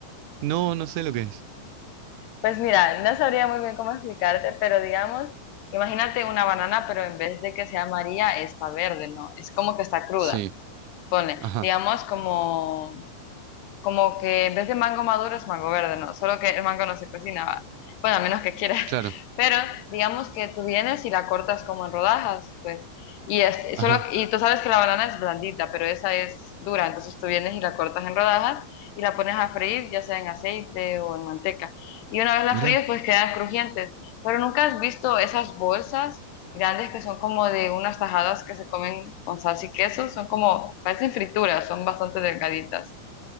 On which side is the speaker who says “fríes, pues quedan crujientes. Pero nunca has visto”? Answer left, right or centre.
Left